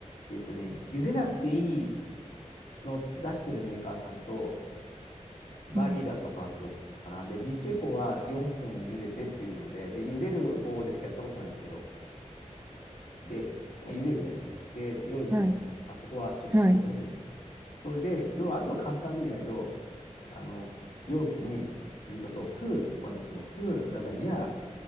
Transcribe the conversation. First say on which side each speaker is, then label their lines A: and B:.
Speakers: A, on the left; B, on the right.
A: えっとね、茹でなくていいのを出してるメーカーさんと、バリだとか、
B: うん。
A: そうかな。で、ディチェコは4分茹でてっていうので、で、茹でる方でしかやったことないんだけど、で、まあ、茹でるじゃないですか。で、用意するじゃないですか。
B: はい。
A: まあ、そこはちょっと省略ね、
B: はい。
A: 全部。それで、要は、あとは簡単で意外と、あの、容器にミートソース、ホワイトソース、ラザニア、